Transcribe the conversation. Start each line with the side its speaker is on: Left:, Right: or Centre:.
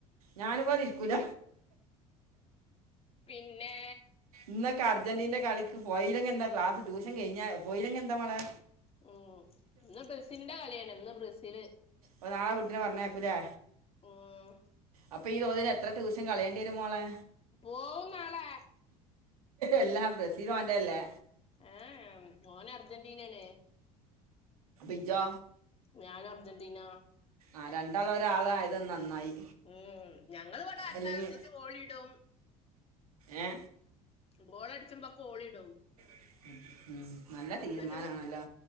Right: ഞാനി വതിരിക്കൂല
Left: പിന്നെ
Right: ഇന്നൊെ അർജന്റീന്റെ കളിക്ക് പോയില്ലെങ്ക എന്താ ക്ലാസ് ട്യഷൻ കഴിഞ്ഞാ പോയില്ലെങ്കിൽ എന്താ മളെ
Left: ഉം ഇന്ന് ബ്രസീലിന്റെ കളിയാണ് ഇന്ന് ബ്രസീല്
Right: ഓ നാളെ കുട്ടിനെ പറഞ്ഞേക്കൂലേ
Left: ഉം
Right: അപ്പം ഈ തോതിൽ എത്ര ദിവസം കളേണ്ടി വരും മോളെ
Left: പോവും നാളെ
Right: എല്ലാം ബ്രസീൽ ഒന്റെതാലേ
Left: ഏ മോന അർജന്റീനാണ്
Right: ഇജ്ജോ
Left: ഞൻ അർജന്റ്റീന
Right: ആ രണ്ടാളും ഒരാള ആയത് നന്നായി
Left: ഉം ഞങ്ങൾഇവിടെ അട്ടാസിച്ച്
Right: അല്ലെങ്കിൽ
Left: കോഴിയിടും
Right: ഏ
Left: ഗോളടിച്ച്മ്പോ ഓളിടും
Right: ഉം നല്ല തീരുമാനമാണല്ലോ
Left: എന്നിട്ട്